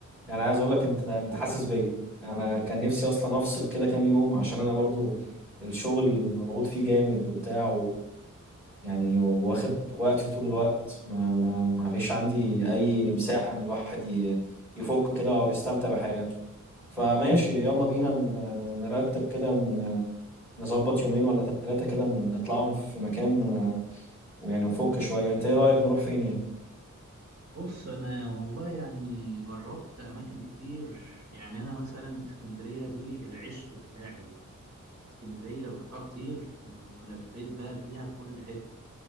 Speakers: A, in the centre; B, on the right.
A: يعني عايز اقول لك انت انت حاسس بيا انا كان نفسي اصلا افصل كده كام يوم عشان انا برضو الشغل مضغوط فيه جامد وبتاع و يعني واخد وقتي طول الوقت ما ما ما فيش عندي اي مساحة ان الواحد ي- يفك كده او يستمتع بحياته فماشي يلا بينا ن- نرتب كده ن- نظبط يومين ولا ثلاثة كده نطلعهم في مكان و- ويعني نفك شوية انت ايه رأيك نروح فين يعني
B: بص انا والله يعني جربت اماكن كتير يعني انا مثلا اسكندريه دي العشق بتاعي اسكندريه رحتها كتير ولفيت بقى فيها في كل حته